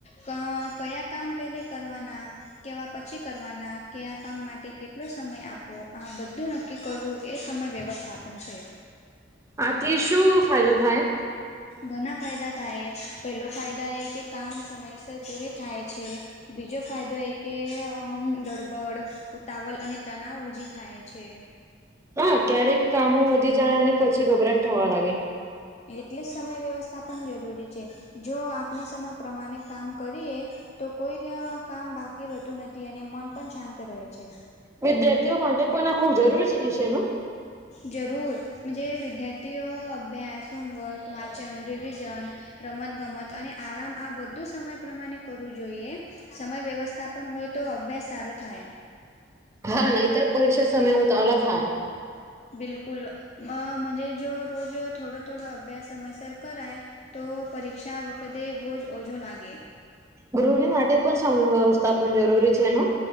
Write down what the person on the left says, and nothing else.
કયા કામ પેલે કરવાના કેવા પછી કરવાના કે આ કામ માટે કેટલો સમય આપવો આ બધું ન કી કરવું એ સમય વ્યવસ્થાપન છે.
ઘણા ફાયદા થાય પહેલો ફાયદા એ કે કામ સમયસર પૂરી થાય છે. બીજો ફાયદો એ કે ગડબડ ઉતાવલ અને તનાવ ઓજી થાય છે.
એટલે જ સમય વ્યવસ્થા પણ જરૂરી છે જો આપણે સમય પ્રમાણે કામ કરીએ તો કોઈ કામ બાકી રહેતું નથી અને મન પણ શાંત રહે છે.
જરૂરજે વિદ્યાર્થીઓ અભ્યાસ હોમવર્ક વાચન રિવિવિઝન રમત ગમત અને આરામ આ બધું સમય પ્રમાણે કરવું જોઈએ સમય વ્યવસ્થાપન હોય તો અભ્યાસ સારો થાય.
બિલકુલ અજ જો રોજ થોડો થોડો અભ્યાસ સમયસર કરાય તો પરીક્ષા વખતે બહુ જ ઓછો લાગે